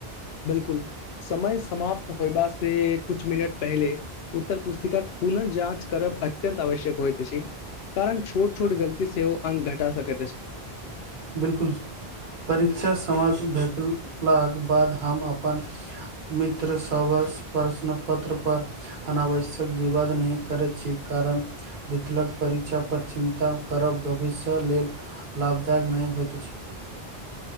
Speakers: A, on the left; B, on the right.
A: बिलकुल समय समाप्त होयबा से कुछ मिनट पहले। उत्तर पुस्तिकाक पुनः जाँच करब अत्यंत आवश्यक होइत अछि। कारण छोट छोट गलती सेओ अंक घटा सकैत अछ।
B: बिलकुल परीक्षा समाप्त भेटलाक बाद हम अपन। मित्र सबस प्रश्न पत्र पर। अनावश्यक विवाद नहि करै छी कारण। वितलक परीक्षा पर चिन्ता करब भविष्य लेल लाभदायक नहि होइत अछि।